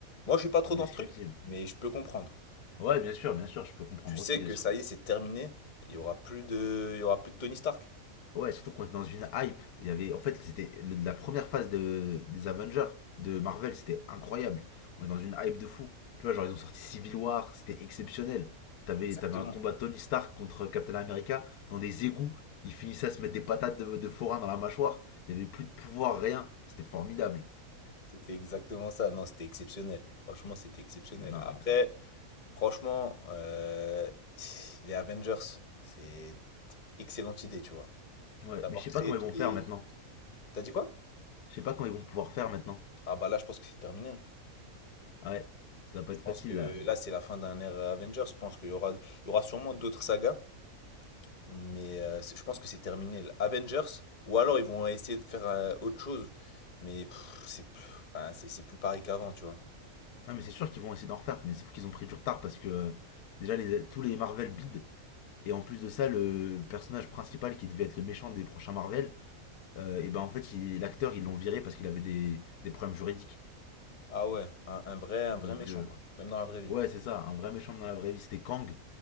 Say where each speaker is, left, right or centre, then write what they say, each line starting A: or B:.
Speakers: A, on the left (about 35°); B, on the left (about 90°).
A: Moi, je suis pas trop
B: Indescriptible.
A: dans ce truc, mais je peux comprendre.
B: Ouais, bien sûr, bien sûr, je peux comprendre
A: Tu sais
B: aussi.
A: que ça y est, c'est terminé. Il y aura plus de, il y aura plus de Tony Stark.
B: Ouais, surtout qu'on était dans une hype. Il y avait, en fait, c'était le- la première phase de, des Avengers de Marvel, c'était incroyable. On est dans une hype de fou. Tu vois, genre ils ont sorti Civil War, c'était exceptionnel. T'avais,
A: Exactement.
B: t'avais un combat Tony Stark contre Captain America dans des égouts. Ils finissaient à se mettre des patates de, de forain dans la mâchoire. Il y avait plus de pouvoir, rien. C'était formidable.
A: C'était exactement ça. Non, c'était exceptionnel. Franchement, c'était exceptionnel.
B: Non,
A: Après, franchement, euh, les Avengers, c'est excellente idée, tu vois.
B: ouais,
A: D'avoir
B: mais je sais
A: créé
B: pas comment
A: tous
B: ils vont
A: les...
B: faire maintenant.
A: T'as dit quoi?
B: Je sais pas comment ils vont pouvoir faire maintenant.
A: Ah bah là, je pense que c'est terminé. hein.
B: Ouais, ça va pas
A: Je
B: être facile
A: pense que
B: là.
A: là, c'est la fin d'un ère Avengers. Je pense qu'il y aura, il y aura sûrement d'autres sagas, mais euh, c'est- je pense que c'est terminé. L- Avengers, ou alors ils vont essayer de faire euh, autre chose, mais pff, c'est plus, enfin, c'est c'est plus pareil qu'avant, tu vois.
B: Ah, mais c'est sûr qu'ils vont essayer d'en refaire, mais sauf qu'ils ont pris du retard parce que euh, déjà les, tous les Marvel bides Et en plus de ça, le personnage principal qui devait être le méchant des prochains Marvel, euh, et ben en fait, il- l'acteur, ils l'ont viré parce qu'il avait des, des problèmes juridiques.
A: Ah ouais, un, un vrai, un vrai
B: Donc,
A: méchant,
B: euh,
A: quoi. Même dans la vraie vie.
B: ouais, c'est ça, un vrai méchant dans la vraie vie, c'était Kang.